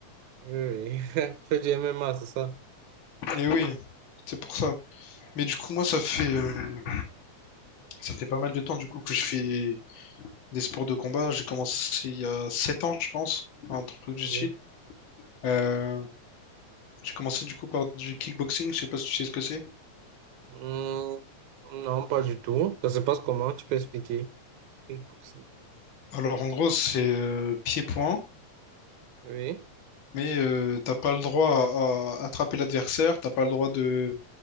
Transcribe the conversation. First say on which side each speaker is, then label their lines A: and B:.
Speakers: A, on the right (about 80°); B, on the left (about 45°).
A: Oui, oui. <laughs> Je Fais du MMA, c'est ça?
B: Et oui, c'est pour ça. Mais du coup, moi, ça fait, euh, ça fait pas mal de temps, du coup, que je fais des sports de combat. J'ai commencé il y a 7 ans, je pense, un truc du
A: Oui.
B: style. Euh, J'ai commencé du coup par du kickboxing, je sais pas si tu sais ce que c'est.
A: Hum, non, pas du tout. Ça se passe comment? Tu peux expliquer? Kickboxing.
B: Alors en gros, c'est euh, pied-point,
A: Oui,
B: mais euh, t'as pas le droit à, à attraper l'adversaire, t'as pas le droit de...